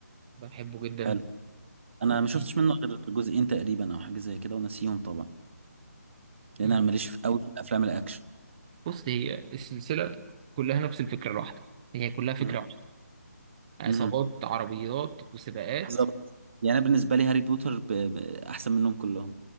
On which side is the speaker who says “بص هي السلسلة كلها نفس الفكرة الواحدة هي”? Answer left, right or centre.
Right